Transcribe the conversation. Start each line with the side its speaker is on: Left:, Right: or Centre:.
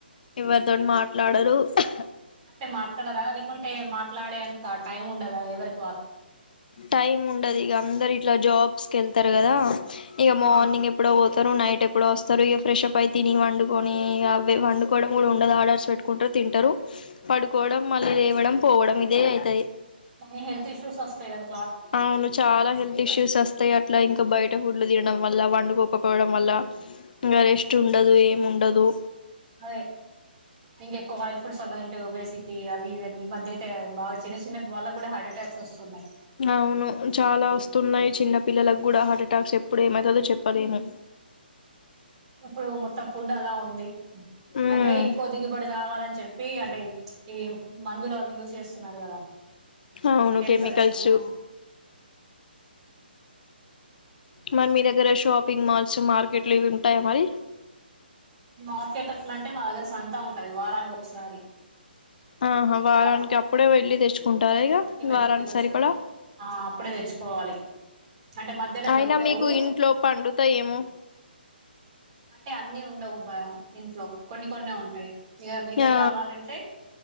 Left: నతోని మాట్లాడరు ఆహ్
Right: అంటే మాట్లాడరా లేకుంటే మాట్లాడే అంత టైం ఉండదా ఎవరి
Left: టైం ఉండదు ఇగ అందరు ఇట్లా జాబ్ స్కెళ్తరు కదా ఇగ మార్నింగ్
Right: ఆ
Left: ఎప్పుడో ఓతే తరు నైట్ ఎప్పుడో వస్తారు ఇగ ఫ్రెష్ అప్ అయి తిని వండుకొని అవి వండుకోవడం కూడా ఉండదు ఆడర్స్ పెట్టుకుంటారు తింటారు పడుకోవడం మళ్ళీ లేవడం పోవడం ఇదే ఐతది
Right: మన హెల్త్ ఇష్యూస్ ఓస్ తయిగద
Left: అవును చాలా హెల్త్ ఇష్యూస్ వస్తాయి అట్లా ఇంకా బయట ఫు డ్లు తినడం వల్ల వండుకోకపోవడం వల్ల ఇంకా రెస్ట్ ఉండదు ఏముండదు
Right: అయి ఇంకేక్కో వైల్స్ ప్రెసలు తింటూ ఒబేసిటీ అవి ఇవి ఇవన్ని మధ్యయితే బాగా చిన్న చిన్న వాళ్ళకు కూడా హార్ట్ అటాక్స్ ఒస్తున్నాయి
Left: అవును చాలా వస్తున్నాయి చిన్న పిల్లలకు కూడా హార్ట్ అటాక్స్ ఎప్పుడు ఏమతదో చెప్పలేము
Right: ఇప్పుడు మొత్తం ఫుడ్ అలా ఉంది
Left: ఉమ్,
Right: అంటే ఎక్కువ దిగుబడి రావాలని చెప్పి అంటే ఇవి మందులు అవి యూజ్ చేస్తున్నారు కదా
Left: అవును
Right: కెమికల్సు
Left: కెమికల్స్
Right: ఆ
Left: మరి మీ దగ్గర షాపింగ్ మాల్స్ మార్కెట్లు ఇవి ఉంటాయా మరి
Right: మార్కేటట్ల అంటే మా దగ్గర సంతం ఉంటది వారానికి ఒకసారి
Left: ఆహా వారానికి
Right: ఇట్లా
Left: అప్పుడే వెళ్ళి తెచ్చుకుంటారా
Right: ఆ
Left: ఇగ
Right: అన్ని వెజిటేబుల్స్
Left: వారానికి సరిపడా,
Right: ఆ అప్పుడే తెచ్చుకోవాలి అంటే మధ్యలో
Left: అయినా
Right: దొరకవు
Left: మీకు ఇంట్లో పండుతా ఏమో
Right: అంటే అన్నీ ఉండవు బా ఇంట్లో కొన్ని కొన్నే ఉంటాయి ఇక మిగతాయి
Left: ఆ
Right: కావాలంటే